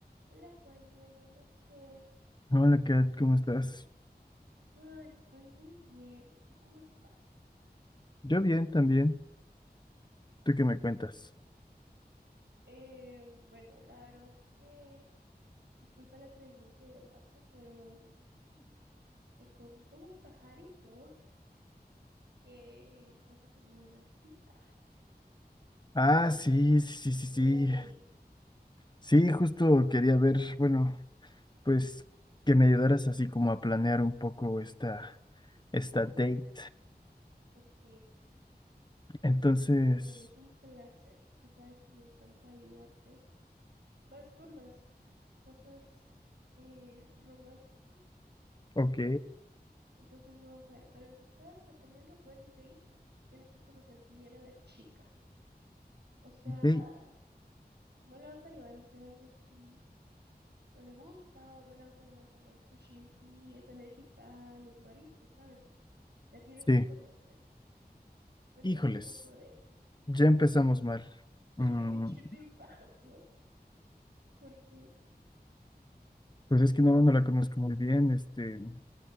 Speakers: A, on the right; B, on the left.
A: Hola Juani, buenas noches.
B: Hola Kat, ¿cómo estás?
A: Ah, estoy muy bien. ¿Tú cómo estás?
B: Yo bien también. ¿Tú qué me cuentas?
A: Eh, bueno, la verdad es que disculpa el atrevimiento de llamarte, pero me contó un pajarito que vas a tener una cita, vas
B: Ah,
A: a tener
B: sí, sí, sí, sí.
A: una date.
B: Sí, Sí, justo quería ver, bueno, pues que me ayudaras así como a planear un poco esta, esta date.
A: Ok, ok,
B: Entonces,
A: para mí es un placer. Ya sabes que me encanta ayudarte. Más con las cosas eh, románticas.
B: ok,
A: Entonces vamos a ver, para empezar, para tener una buena date, tienes que conocer bien a la chica. O sea,
B: ok,
A: no la vas a llevar a hacer algo si no le gusta o no la vas a llevar a comer sushi si es alérgica a los mariscos, ¿sabes? La tienes
B: sí.
A: que conocer. Cuéntame
B: Híjoles,
A: un poco de ella.
B: ya empezamos mal.
A: <laughs> Ay,
B: Mm,
A: ¿qué te pasa? ¿Por qué?
B: pues es que no, no la conozco muy bien. Este,